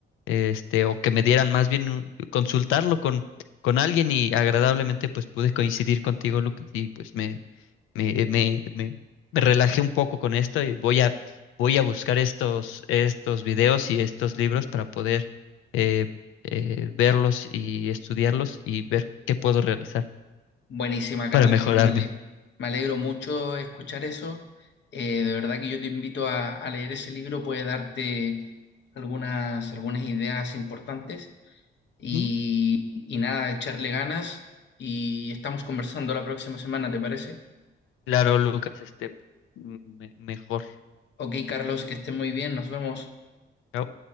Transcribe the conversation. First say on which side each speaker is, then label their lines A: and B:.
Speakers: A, on the left; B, on the left.
A: este, o que me dieran más bien un- consultarlo con, con alguien y agradablemente pues pude coincidir contigo, Lucas, y pues me, me, me, me, me relajé un poco con esto y voy a, voy a buscar estos, estos videos y estos libros para poder... eh, eh, verlos y estudiarlos y ver qué puedo realizar
B: Buenísima,
A: para
B: Carlos.
A: mejorarme.
B: Yo me ale- me alegro mucho escuchar eso. Eh, de verdad que yo te invito a, a leer ese libro, puede darte algunas, algunas ideas importantes. Y,
A: Ujú.
B: y nada, echarle ganas y estamos conversando la próxima semana, ¿te parece?
A: Claro, Lucas, este, me- mejor.
B: Ok, Carlos, que estés muy bien, nos vemos.
A: Chao.